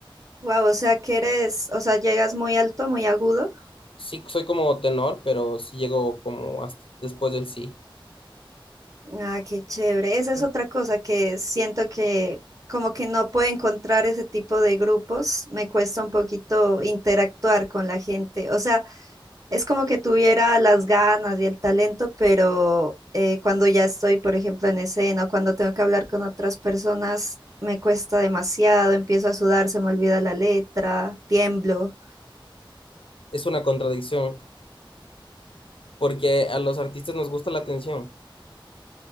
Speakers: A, on the right; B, on the left.
A: Wow, o sea que eres, o sea, llegas muy alto, muy agudo.
B: Sí, soy como tenor, pero sí llego como hasta después del sí.
A: Ah, qué chévere. Esa es
B: ¿no?
A: otra cosa que siento que como que no puedo encontrar ese tipo de grupos. Me cuesta un poquito interactuar con la gente. O sea, es como que tuviera las ganas y el talento, pero eh, cuando ya estoy, por ejemplo, en escena o cuando tengo que hablar con otras personas, me cuesta demasiado. Empiezo a sudar, se me olvida la letra, tiemblo.
B: Es una contradicción, porque a los artistas nos gusta la atención.